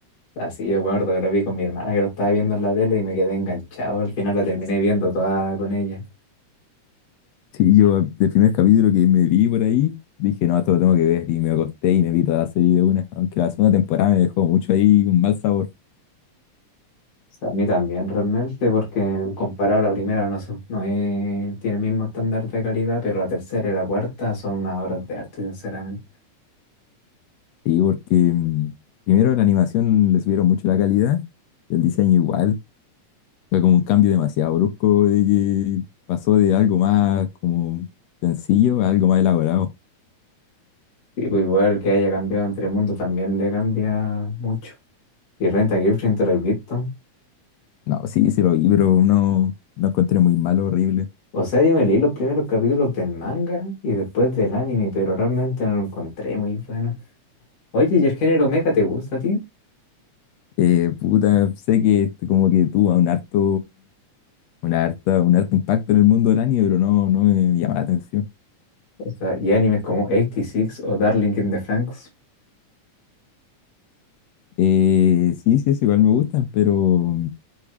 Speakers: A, on the left; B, on the left.
A: Así yo me acuerdo que lo vi con mi hermana que lo estaba viendo en la tele y me quedé enganchado. Al final la terminé viendo toda con ella.
B: Sí, yo el primer capítulo que me vi por ahí, dije, no, esto lo tengo que ver. Y me acosté y me vi toda la serie de una. Aunque la segunda temporada me dejó mucho ahí con mal sabor.
A: Pues, A mí también realmente, porque comparado a la primera no, son- no es- tiene el mismo estándar de calidad, pero la tercera y la cuarta son unas obras de arte, sinceramente.
B: Sí, porque mm, primero la animación le subieron mucho la calidad, el diseño igual. Fue como un cambio demasiado brusco de que pasó de algo más como sencillo a algo más elaborado.
A: Sí, pues igual que haya cambiado entre mundo también le cambia mucho. Y Renta Girlfriend, ¿te lo has visto?
B: No, sí, se lo vi, pero no lo encontré muy malo, horrible.
A: O sea, yo me leí los primeros capítulos del manga y después del anime, pero realmente no lo encontré muy bueno. Oye, ¿y el género mecha te gusta a ti?
B: Eh, puta, sé que este como que tuvo un harto, una harta, un harto impacto en el mundo del anime, pero no, no me llama la atención.
A: O sea, ¿y animes como 86 o Darling in the Franxx?
B: Eh, sí, sí, es igual me gustan, pero